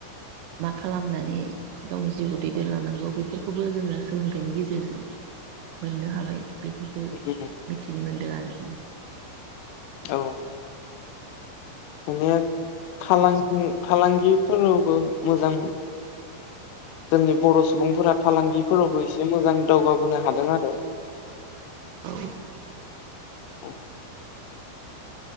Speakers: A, on the right (about 80°); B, on the left (about 85°).
A: मा खालामनानै गावनि जिउखौ दैदेनलांनांगौ बेफोरखौबो जोङो सोलोंथाइनि गेजेरजों मोननो हाबाय बेफोरखौ
B: हाबाय
A: मिथिनो मोन्दों आरो गोजोन
B: औ दानिया फालांगि फालांगिफोरावबो मोजां जोंनि बर' सुबुंफोरा फालांगिफोरावबो एसे मोजां दावगाबोनो हादों आरो
A: औ
B: औ